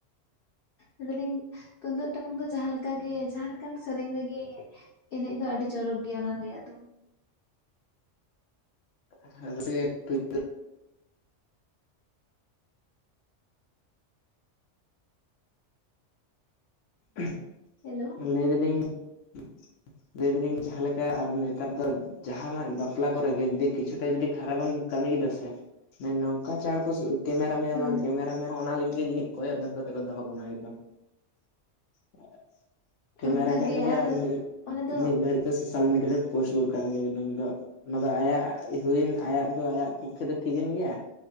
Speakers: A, on the left (about 55°); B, on the left (about 85°).
A: ᱞᱮᱫᱟᱞᱤᱧ ᱛᱩᱢᱫᱟᱹᱜ ᱴᱟᱢᱟᱠ ᱫᱚ ᱡᱟᱦᱟᱸ ᱞᱮᱠᱟᱜᱮ ᱡᱟᱦᱟᱸ ᱞᱮᱠᱟᱱ ᱥᱮᱨᱮᱧ ᱨᱮᱜᱮ ᱮᱱᱮᱡ ᱫᱚ ᱟᱹᱰᱤ ᱪᱚᱨᱚᱠ ᱜᱮᱭᱟ ᱚᱱᱟ ᱨᱮᱭᱟᱜ ᱫᱚ
B: ᱟ ᱥᱮ <unintelligible> ᱦᱸ <unintelligible>
A: ᱦᱮᱞᱳ
B: ᱞᱟᱹᱭ ᱫᱟᱞᱤᱧ <unintelligible> ᱞᱟᱹᱭ ᱫᱟᱞᱤᱧ ᱡᱟᱦᱟᱸᱮ ᱞᱮᱠᱟ ᱟᱨ ᱱᱮᱛᱟᱨ ᱫᱚ ᱡᱟᱦᱟᱱᱟᱜ ᱵᱟᱯᱞᱟ ᱠᱚᱨᱮᱜ ᱜᱮ ᱡᱩᱫᱤ ᱠᱤᱪᱷᱩᱴᱟ ᱡᱩᱫᱤ ᱠᱷᱟᱨᱟᱯᱮ ᱮᱢ ᱠᱟᱹᱢᱤ ᱠᱮᱫᱟ ᱥᱮ ᱱᱚᱝᱠᱟ ᱪᱟᱬ ᱠᱚ ᱠᱮᱢᱮᱨᱟ ᱢᱮᱭᱟ
A: ᱦᱳᱭ
B: ᱵᱟᱝ ᱠᱮᱢᱮᱨᱟ ᱢᱮᱱ ᱚᱱᱟ ᱞᱟᱹᱜᱤᱫ ᱜᱮ ᱡᱟᱹᱱᱤᱡ ᱠᱚᱭᱚᱜ ᱫᱚᱦᱚ ᱠᱟᱛᱮ ᱠᱚ ᱫᱚᱦᱚ ᱠᱟᱢᱟᱭ ᱮᱠᱫᱚᱢ <unintelligible> ᱠᱮᱢᱮᱨᱟ
A: ᱚᱱᱠᱟᱜᱮ
B: ᱠᱮᱜ ᱢᱮᱜᱮ
A: ᱟᱫᱚ
B: ᱟᱨ ᱢᱤᱫ
A: ᱚᱱᱟ ᱫᱚ
B: ᱢᱤᱫ ᱜᱷᱟᱹᱲᱤᱡ ᱥᱳᱥᱟᱞ ᱢᱤᱰᱤᱭᱟ ᱨᱮ ᱯᱳᱥᱴ ᱠᱟᱱ ᱜᱮ ᱮᱠᱫᱚᱢ ᱫᱚ ᱚᱱᱟᱫᱚ ᱟᱭᱟᱜ ᱦᱩᱭᱮᱱ ᱟᱭᱟᱜ ᱫᱚ ᱟᱭᱟᱜ ᱯᱚᱠᱠᱷᱮ ᱫᱚ ᱴᱷᱤᱠᱮᱱ ᱜᱮᱭᱟ